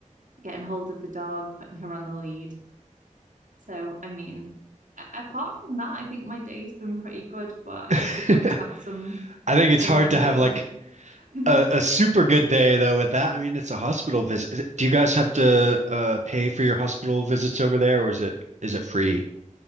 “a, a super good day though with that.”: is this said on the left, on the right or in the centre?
Right